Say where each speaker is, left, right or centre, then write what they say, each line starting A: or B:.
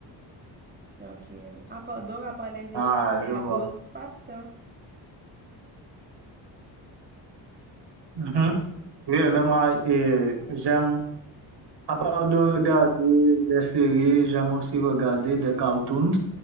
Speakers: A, on the right (about 20°); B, on the right (about 65°).
A: Donc, euh, à part- donc après les
B: Ah,
A: échecs, il
B: je
A: y
B: vois.
A: a d'autres passe-temps.
B: Mhm. Oui, mais moi, eh, j'aime À part de regarder des séries, j'aime aussi regarder des cartoons